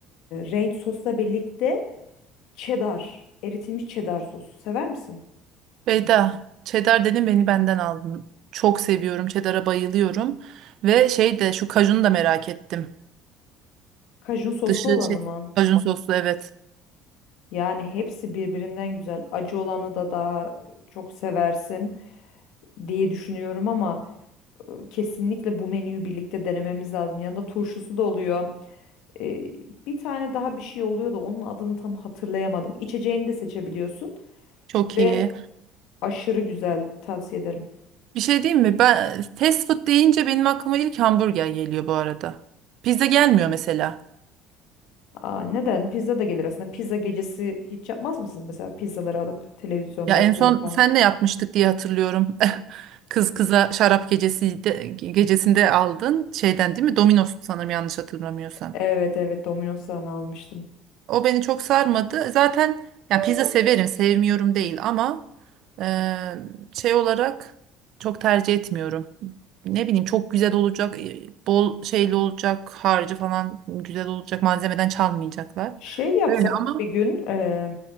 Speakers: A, on the left (about 65°); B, on the right (about 50°).
A: ranch sosla birlikte cheddar, eritilmiş cheddar sosu. Sever misin?
B: Beyda, cheddar dedim beni benden aldın. Çok seviyorum. Cheddar'a bayılıyorum. Ve şey de şu kajunu da merak ettim.
A: Kajun soslu
B: Dışı
A: olanı
B: şey,
A: mı?
B: kajun soslu evet.
A: Yani hepsi birbirinden güzel. Acı olanı da daha e, çok seversin diye düşünüyorum ama Kesinlikle bu menüyü birlikte denememiz lazım. Yanında turşusu da oluyor. Ee, bir tane daha bir şey oluyor da onun adını tam hatırlayamadım. İçeceğini de seçebiliyorsun
B: Çok
A: ve
B: iyi.
A: aşırı güzel tavsiye ederim.
B: Bir şey diyeyim mi? Ben fast food deyince benim aklıma ilk hamburger geliyor bu arada. Pizza gelmiyor mesela.
A: Aa, neden? Pizza da gelir aslında. Pizza gecesi hiç yapmaz mısınız mesela pizzaları alıp televizyonda
B: Ya en
A: film
B: son
A: falan?
B: senle yapmıştık diye hatırlıyorum. <laughs> Kız kıza şarap gecesi de- gecesinde aldın şeyden değil mi? Domino's sanırım yanlış hatırlamıyorsam.
A: Evet evet Domino's'tan almıştım.
B: O beni çok sarmadı. Zaten ya pizza severim, sevmiyorum değil ama e, şey olarak çok tercih etmiyorum. Ne bileyim çok güzel olacak, e, bol şeyli olacak, harcı falan güzel olacak, malzemeden çalmayacaklar.
A: Şey yapsak
B: Öyle ama
A: bir gün e,